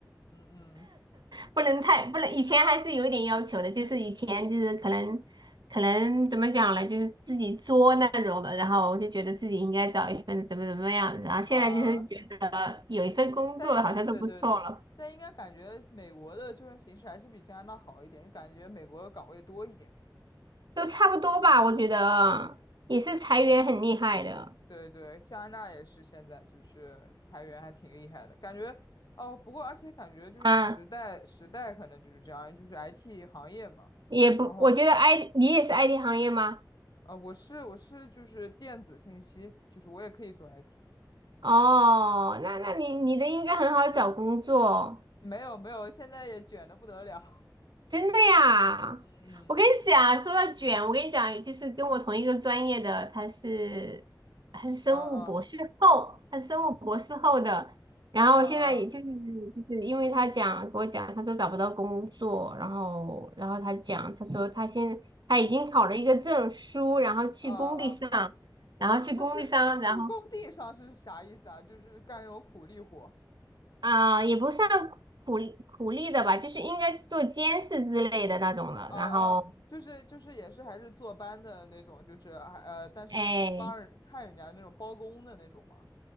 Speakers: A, on the left; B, on the right.
A: 嗯嗯
B: 不能太不能，以前还是有一点要求的，就是以前就是可能可能怎么讲呢，就是自己作那种的，然后我就觉得自己应该找一份怎么怎么样的，然后现在就是觉得有一份工作好像都不错了，
A: 啊，但应该对对对，但应该感觉美国的就业形势还是比加拿大好一点，就感觉美国的岗位多一点。
B: 都差不多吧，我觉得也是裁员很厉害的，
A: 对对，加拿大也是现在就是裁员还挺厉害的，感觉哦。不过而且感觉就是时代时代可能就是这样，
B: 啊，
A: 就是 IT 行业嘛。
B: 也不，
A: 然后
B: 我觉得 I 你也是 IT 行业吗？
A: 呃，我是我是就是电子信息，就是我也可以做 IT。
B: 哦，那那你你的应该很好找工作。
A: 没有没有，现在也卷的不得了。
B: 真的呀！
A: <laughs> 嗯
B: 我跟你讲，说到卷，我跟你讲，就是跟我同一个专业的，他是他是生物博士后，
A: 嗯啊啊
B: 他是生物博士后的。然后现在也就是就是因为他讲给我讲，
A: 啊
B: 他说找不到工作，然后然后他讲，他说他现他已经考了一个证书，然后去工地上，
A: 啊啊！
B: 然后去工地上，
A: 他去去工地上是啥意思啊？
B: 然后
A: 就是干那种苦力活。
B: 啊、也不算苦力苦力的吧，就是应该是做监视之类的那种的，
A: 哦哦，
B: 然后
A: 就是就是也是还是坐班的那种，就是还呃，但是就是帮人看人家那种包工的那种嘛。
B: 哎。